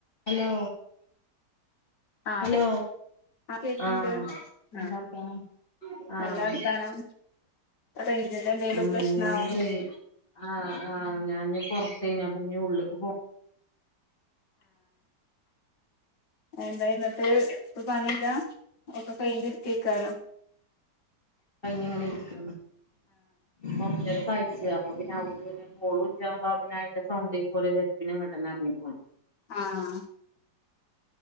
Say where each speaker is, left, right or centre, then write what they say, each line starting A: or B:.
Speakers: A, on the left; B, on the left.
A: Hello
B: ആഹ്
A: hello
B: ആഹ് കേക്ക്ണ്ട്
A: ആഹ് എന്താർത്തനം
B: ആഹ്
A: ആഹ്
B: നല്ല വർത്താനം റേഞ്ചിന്റെ എന്തെലും
A: ഉം
B: പ്രശ്നാവും
A: ഞാന് ഒരു ആഹ്ആഹ് ഞാന് പുറത്ത അപ്പൊ ഇനീ ഉള്ളിലേക്ക് പോവു <inaudible>
B: എന്തായി ഇന്നത്തത് ഇപ്പൊ പണില്ല ഒക്കെ കഴിഞ്ഞ് ഇരിക്കേക്കാരം
A: കഴിഞ്ഞങ്ങനെ ഇരിക്ക കൊർചേരക്കയിച്ച് അപ്പൊ പിന്നെ അവ്ട്ന്ന്ങ്ങനെ ചോറൂറ്റമ്പോത്തിന് അതിന്റെ സൗണ്ട് കേൾക്കുമ്പോതിന് ഇറങ്ങിപ്പോന്നു
B: ആഹ്